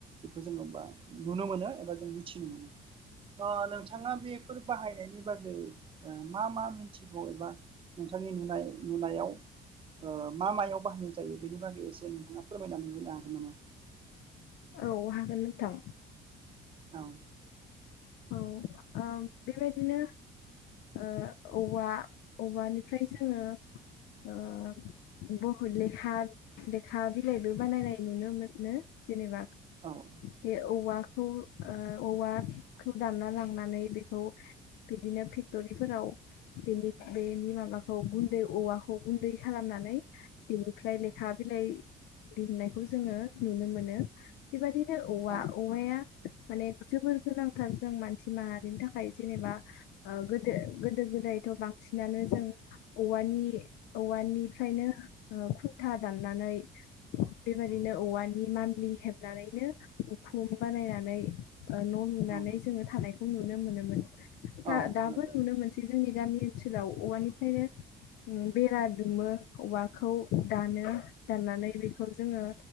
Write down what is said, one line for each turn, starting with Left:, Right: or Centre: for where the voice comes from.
Right: बेखौ जोंङो बा नुनो मोनो एबा जों मिथिनो मोनो ओ नोंथांङा बेफोर बाहायनायनि बागै ओ मा मा मिन्थिगौ एबा नोंथांनि नुनाय नुनायाव ओ मा मायाव बाहायनाय जायो बेनि बागै एसे नोंथांङा फोरमायनानै होनो हागोन नामा?
Left: औ हागोन नोंथां
Right: औ
Left: औ ओ बेबायदिनो ओ औवा औवानिफ्राय जोंङो ओ बुहुत लेखा लेखा बिलाइबो बानायनाय नुनो मोनो जेनेबा
Right: औ
Left: बे औवाखौ ओ औवाखौ दानना लांनानै बेखौ बिदिनो फेक्ट'रिफोराव बेनि बेनि माबाखौ गुन्दै औवाखौ गुन्दै खालामनानै बेनिफ्राय लेखा बिलाइ दिहुननायखौ जोंङो नुनो मोनो बेबायदिनो औवा
Right: औ
Left: औवाया माने जोबोर गोनां थार जों मानसि माहारिनि थाखाय जेनेबा ओ गोदो गोदो गोदायथ' बांसिनानो जों औवानि औवानिफ्रायनो ओ खुन्था दाननानै बेबायदिनो औवानि मान्लि हेबनानैनो उखुम बानायनानै न' लुनानै
Right: औ
Left: जोङो थानायखौ नुनो मोनोमोन दा
Right: औ
Left: दाबो
Right: नंगौ
Left: नुनो मोनसै बे जोंनि गामि ओनसोलाव औवानिफ्रायनो ओ बेरा दुमो औवाखौ दानो! दाननानै बेखौ जोङो